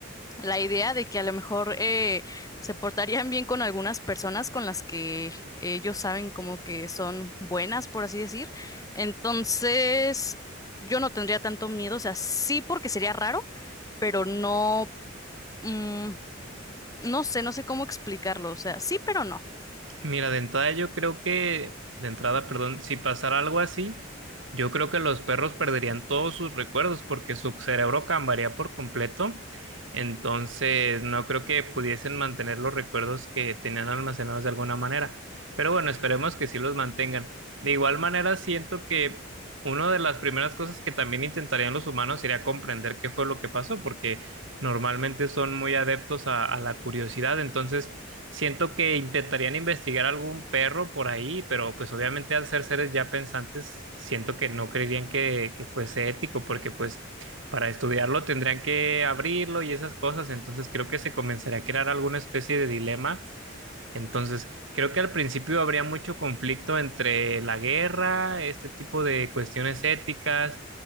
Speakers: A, on the left; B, on the right.
A: la idea de que a lo mejor eh, se portarían bien con algunas personas con las que ellos saben como que son buenas, por así decir. Entonces, yo no tendría tanto miedo, o sea, sí porque sería raro, pero no, mm, no sé, no sé cómo explicarlo, o sea, sí, pero no.
B: Mira, de entrada yo creo que, de entrada, perdón, si pasara algo así, yo creo que los perros perderían todos sus recuerdos porque su cerebro cambiaría por completo. Entonces, no creo que pudiesen mantener los recuerdos que tenían almacenados de alguna manera. Pero bueno, esperemos que sí los mantengan. De igual manera, siento que una de las primeras cosas que también intentarían los humanos sería comprender qué fue lo que pasó, porque normalmente son muy adeptos a a la curiosidad. Entonces, Siento que intentarían investigar algún perro por ahí, pero pues obviamente al ser seres ya pensantes, siento que no creerían que, que fuese ético, porque pues para estudiarlo tendrían que abrirlo y esas cosas, entonces creo que se comenzaría a crear alguna especie de dilema entonces, creo que al principio habría mucho conflicto entre la guerra, este tipo de cuestiones éticas,